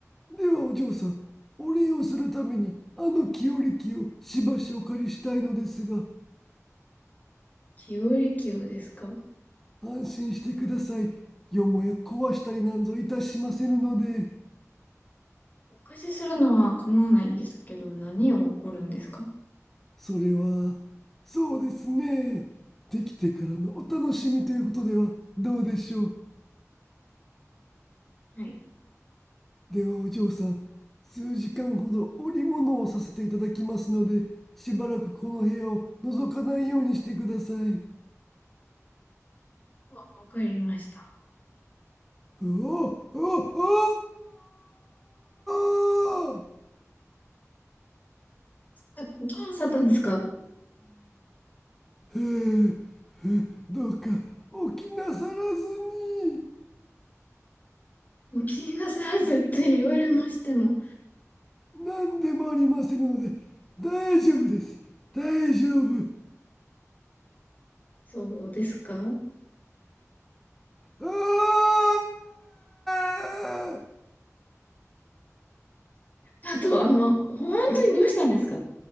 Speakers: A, in the centre; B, on the left (about 30°).
A: ではお嬢さん、お礼をするためにあの清暦をしばしお借りしたいのですが、
B: 日和級ですか
A: 安心してください。よもや壊したりなんぞいたしませぬので、
B: お貸しするのは構わないんですけど、何を起こるんですか
A: それは、そうですね。できてからのお楽しみということではどうでしょう。
B: はい。
A: ではお嬢さん数時間ほど織物をさせていただきますのでしばらくこの部屋を覗かないようにしてください
B: わ、わかりました。
A: おおおお
B: あどうなさったんですか
A: へえへどうか起きなさらずに
B: もう気になさらずって言われましても。
A: 何でもありませんので大丈夫です大丈夫
B: そうですか
A: ああー
B: あと、あの、本当にどうしたんですか